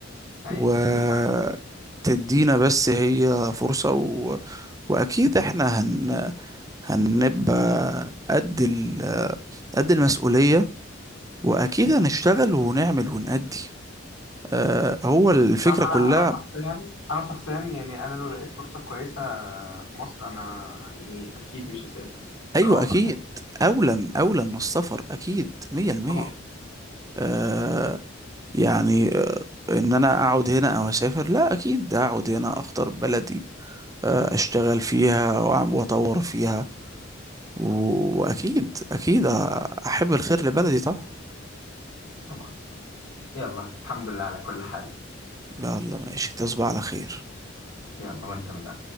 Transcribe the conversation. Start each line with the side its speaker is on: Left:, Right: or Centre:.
Left: عيب
Right: وتدينا
Left: عيب فعلا
Right: بس هي فرصة و... واكيد احنا هن... هنبقى قد ال... قد المسؤولية واكيد هنشتغل ونعمل ونأدي أه هو الفكرة
Left: بصراحة
Right: كلها
Left: انا انا شخصيا انا شخصيا يعني انا لو لقيت فرصة كويسة في مصر انا يعني اكيد مش هسافر بصراحة
Right: ايوه اكيد
Left: يعني
Right: اولى من اولى من السفر اكيد 100%
Left: طبعا
Right: آه يعني آه ان انا اقعد هنا او اسافر لا اكيد اقعد هنا اختار بلدي آه اشتغل فيها وأعم- واطور فيها و- واكيد اكيد آه، احب الخير لبلدي طبعا
Left: طبعا يلا الحمد لله على كل حال
Right: يلا ماشي تصبح على خير
Left: يلا وانت من